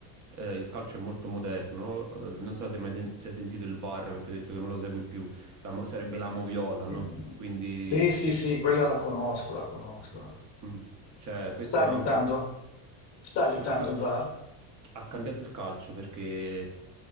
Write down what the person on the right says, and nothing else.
eh, il calcio è molto moderno, eh, non so se hai mai sen- ci hai sentito il VAR perché ho detto che non lo segui più, La mo- sarebbe la moviola,
no? Quindi,
mm, cioè, questo
è
anche...
a ca-
ha cambiato il calcio perché